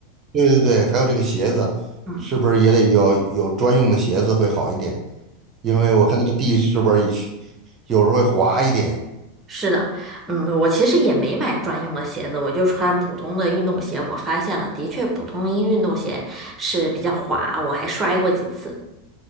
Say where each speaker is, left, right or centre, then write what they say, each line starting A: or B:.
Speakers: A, on the right (about 35°); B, on the right (about 15°).
A: 对对对，还有这个鞋子，
B: 嗯。
A: 是不是也得要有专用的鞋子会好一点？因为我看那个地是不是有时候会滑一点。
B: 是的，嗯，我其实也没买专用的鞋子，我就穿普通的运动鞋。我发现了，的确，普通一运动鞋是比较滑，我还摔过几次。